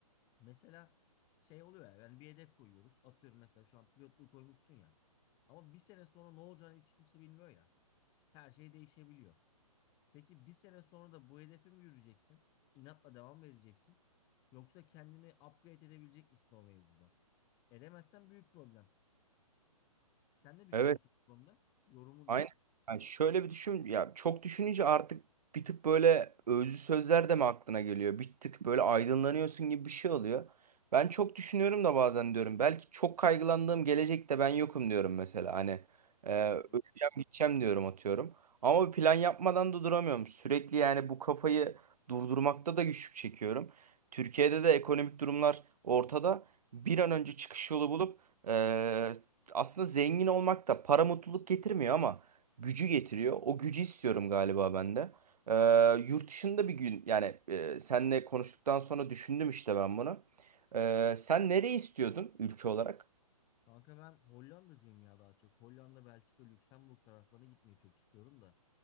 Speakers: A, on the left; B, on the right.
A: Mesela şey oluyor ya yani bir hedef koyuyoruz. Atıyorum mesela şu an pilotluğu koymuşsun ya. Ama bir sene sonra ne olacağını hiç kimse bilmiyor ya. Her şey değişebiliyor. Peki bir sene sonra da bu hedefe mi yürüyeceksin? İnatla devam mı edeceksin? Yoksa kendini upgrade edebilecek misin o mevzuda? Edemezsen büyük problem. Sen ne düşünüyorsun
B: Evet.
A: bu konuda? Yorumun
B: Aynen.
A: ne?
B: Yani şöyle bir düşün ya çok düşününce artık bir tık böyle özlü sözler de mi aklına geliyor? Bir tık böyle aydınlanıyorsun gibi bir şey oluyor. Ben çok düşünüyorum da bazen diyorum belki çok kaygılandığım gelecekte ben yokum diyorum mesela hani
A: Aa,
B: e,
A: güzel.
B: öleceğim gideceğim diyorum atıyorum. Ama bir plan yapmadan da duramıyorum. Sürekli yani bu kafayı durdurmakta da güçlük çekiyorum. Türkiye'de de ekonomik durumlar ortada. Bir an önce çıkış yolu bulup e, aslında zengin olmak da para mutluluk getirmiyor ama gücü getiriyor. O gücü istiyorum galiba ben de. Ee, yurt dışında bir gün yani e, senle konuştuktan sonra düşündüm işte ben bunu. Ee, sen nereyi istiyordun ülke olarak?
A: Kanka ben Hollanda'cıyım ya daha çok. Hollanda, Belçika, Lüksemburg taraflarına gitmeyi çok istiyorum da.